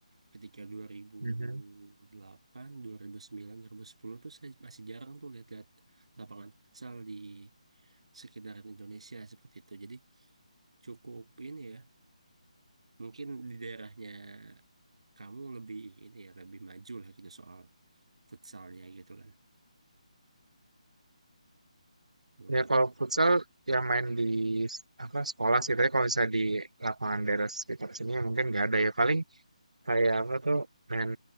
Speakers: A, on the right; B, on the right.
A: Ketika dua dua ribu
B: Mhm.
A: ribu delapan dua ribu sembilan dua ribu sepuluh tuh saya masih jarang tuh lihat-lihat lapangan futsal di sekitaran Indonesia seperti itu. Jadi cukup ini ya. Mungkin di daerahnya kamu lebih ini ya lebih maju lah gitu soal futsalnya gitu kan mungkin
B: Ya kalau futsal ya main di s- apa sekolah sih, tapi kalau misalnya di lapangan daerah sekitar sini ya mungkin nggak ada ya paling kayak apa tuh main